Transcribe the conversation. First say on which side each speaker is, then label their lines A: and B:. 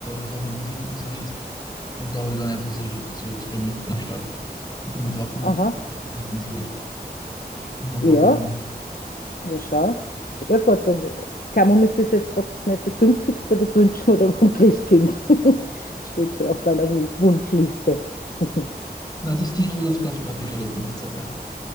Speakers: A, on the left; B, on the left.
A: hat nicht wirklich funktioniert. Und da habe ich dann einfach solche, solche Experimente dann gestartet. Und bin nur drauf gekommen,
B: Aha,
A: eigentlich ist es ganz gut. Und man braucht
B: ja,
A: nicht immer.
B: ja, schau. Ja, Gott, dann Thermomix ist jetzt gerade nicht das günstigste, das wünschen wir dann vom Christkind. <laughs> Steht auf meiner Wun- Wunschliste. <laughs>
A: Na, das Ding habe ich ganz, ganz praktisch erlebt in der Zeit. Ja.